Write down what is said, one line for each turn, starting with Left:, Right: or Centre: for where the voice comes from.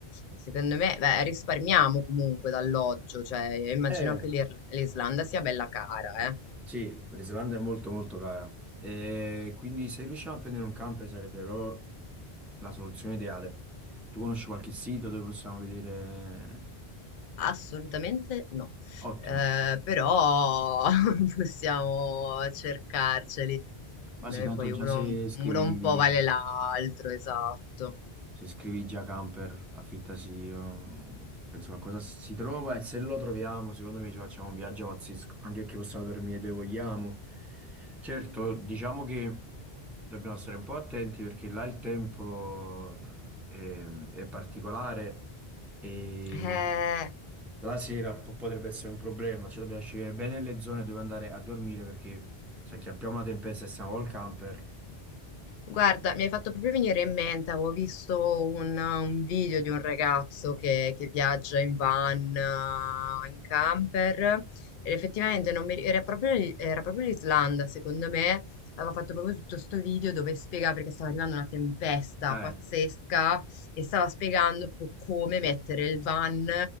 Left: secondo me, beh, risparmiamo comunque d'alloggio, cioè immagino
Centre: Eh,
Left: che l'Ir- l'Islanda sia bella cara, eh.
Centre: Sì, l'Islanda è molto molto cara. E quindi se riusciamo a prendere un camper sarebbe proprio la soluzione ideale. Tu conosci qualche sito dove possiamo vedere?
Left: Assolutamente no,
Centre: Ottimo.
Left: Eh, però <laughs> possiamo cercarceli.
Centre: Ma
Left: Eh,
Centre: sì, tanto
Left: Poi
Centre: già
Left: uno,
Centre: se scrivi
Left: uno un po' vale l'altro, esatto.
Centre: Se scrivi già camper, affittasi, ehm, penso qualcosa si trova e se lo troviamo, secondo me ci facciamo un viaggio pazzesco, anche perché possiamo dormire dove vogliamo. Certo, diciamo che dobbiamo stare un po' attenti perché là il tempo è, è particolare e
Left: Eh.
Centre: la sera po- potrebbe essere un problema, cioè dobbiamo scegliere bene le zone dove andare a dormire perché se acchiappiamo una tempesta e siamo col camper,
Left: Guarda, mi hai fatto proprio venire in mente, avevo visto un, un video di un ragazzo che, che viaggia in van, eh, in camper, ed effettivamente non mi- era proprio, l- era proprio l'Islanda, secondo me, aveva fatto proprio tutto sto video dove spiega perché stava arrivando una tempesta
Centre: eh,
Left: pazzesca e stava spiegando proprio come mettere il van